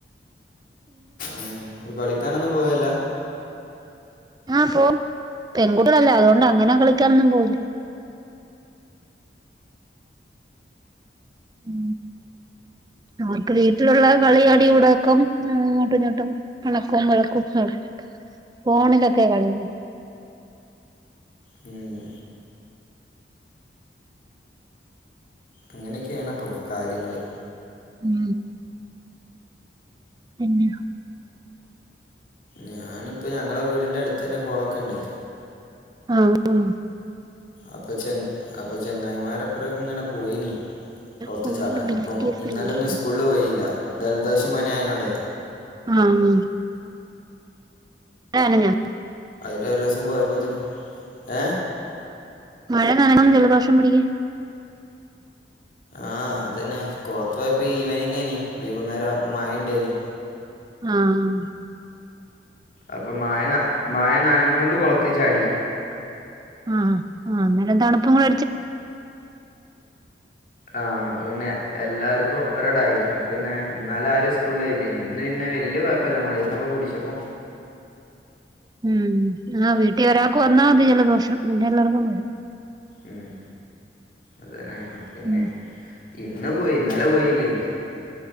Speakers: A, on the left (about 45°); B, on the right (about 20°).
A: ആ അ കളിക്കാനൊന്നും പോയല്ല
B: ആഹ പോ പെൺകുട്ടികളല്ലേ അതുകൊണ്ട് അങ്ങനാ കളിക്കാനൊന്നും പോയില്ല ഉ അവർക്ക് വീട്ടിലുള്ള കളി അടി ഉടക്കം ഉങ്ങട്ടും ങ്ങോട്ടും പണക്കവും വഴക്കവുംും ഫോണിലൊക്കെ കളിയ
A: ഉഏ <unintelligible> അങ്ങനെയൊക്കെയാണ് അപ്പം കാര്യങ്ങള്
B: ഉ പിന്നെ <unintelligible>
A: ഞാനിപ്പ ഞങ്ങളെ വീടിന്റെ അടുത്ത് തന്നെ കോളൊക്കെ ഉണ്ടേ
B: ആഹ ആ
A: അപ്പൊ ചെ അപ്പൊ ചെങ്ങായിമാരപ്പുറൊക്കെ ഇങ്ങനെ പോയിനി കൊറത്തു
B: ഫോണില്
A: ചാടാൻ
B: ബി
A: ഇപ്പം
B: ടി എസ്
A: ഇന്നാലൊന്നും
B: കളി.
A: സ്കൂളിൽ പോയില്ല ദലദോഷമാന ആയനോടെ
B: ആഹ് ആ ആഹ ആ
A: ടെററിസം പോയപ്പോത്തിന് ഏ
B: മഴ നന ജലദോഷം പിടേ
A: ആഹ അതന്നെ കൊളത്ത പോയപ്പോ ഈവനിങ്ങേനി വൈകുന്നേരം അപ്പൊ മഴുണ്ടേനി
B: ആഹ
A: അപ്പൊ മായ ന മായ നനഞ്ഞൊണ്ട് കൊളത്ത് ചാടി
B: ആഹ ആ് നരം തണുപ്പുംങ്ങള
A: ആ പിന്നെ എല്ലാവർക്കും ഒപ്പരടായി അപ്പ പിന്നെ എന്നന്നാലും ആ ഒരുും സ്കൂളിൽ ഇല്ല ഇന്ന് പിന്നെ വലിയ കുഴപ്പമ മുന്നൊക്കെ കൂടിിച്ചപ്പം
B: ഉം ആ വീട്ടിൽ ഒരാൾക്ക് വന്നാൽ മതി ജലദോഷം പിന്നെ എല്ലാവർക്കും വരും
A: ഉം അതന്നെ പിന്നെ
B: ഉം
A: ഇന്ന് പോയി ഇന്നലെ പോയില്ലേ ഇനി